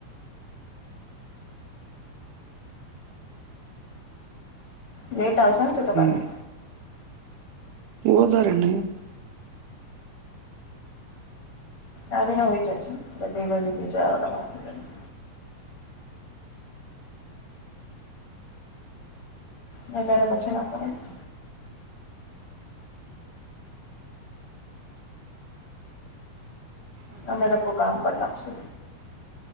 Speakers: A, on the left; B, on the right.
A: લેટ આવશે ને તું તો
B: હમ
A: કાલે?
B: વધારે નહીં
A: આવીને હુય જજે બધી બાજુ <unintelligible> હજારે પછી ના <inaudible> અમે લોકો કામ કર લાગશુ.